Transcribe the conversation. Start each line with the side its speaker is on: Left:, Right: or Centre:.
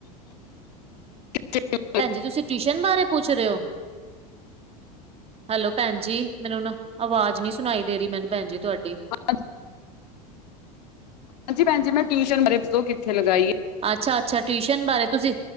Left: ਹੱ <unintelligible>
Right: ਭੈਣਜੀ ਤੁਸੀਂ ਟਿਊਸ਼ਨ ਬਾਰੇ ਪੁੱਛ ਰਹੇ ਹੋ ਹੈਲੋ ਭੈਣ ਜੀ, ਮੈਨੂੰ ਨਾ ਆਵਾਜ਼ ਨੀ ਸੁਣਾਈ ਦੇ ਰਹੀ ਮੈਨੂੰ ਭੈਣ ਜੀ ਤੁਹਾਡੀ
Left: ਪੰਜ ਹਾਂਜੀ ਭੈਣਜੀ ਮੈਂ ਟਿਊਸ਼ਨ, ਅਰੇ ਤੂ ਕਿੱਥੇ ਲਗਾਈਏ।
Right: ਅੱਛਾ ਅੱਛਾ ਟਿਊਸ਼ਨ ਬਾਰੇ ਤੁਸੀਂ,